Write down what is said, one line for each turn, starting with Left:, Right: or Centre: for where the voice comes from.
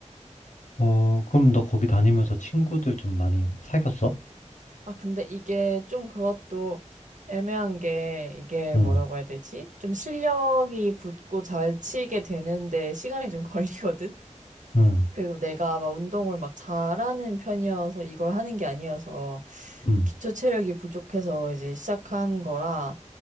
Left: 어, 그럼 너 거기 다니면서 친구들 좀 많이 사귀었어?
Right: <laughs> 아 근데 이게 좀 그것도 애매한 게 이게
Left: 응,
Right: 뭐라고 해야 되지? 좀 실력이 붙고 잘 치게 되는데 시간이 좀 <laughs> 걸리거든.
Left: 응,
Right: 그리고 내가 막 운동을 막 잘하는 편이어서 이걸 하는 게 아니어서
Left: 응.
Right: 기초 체력이 부족해서 이제 시작한 거라